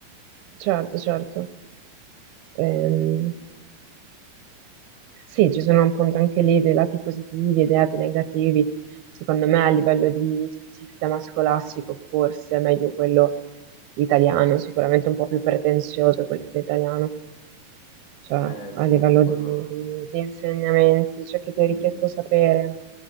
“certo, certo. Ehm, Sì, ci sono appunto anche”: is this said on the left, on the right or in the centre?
Right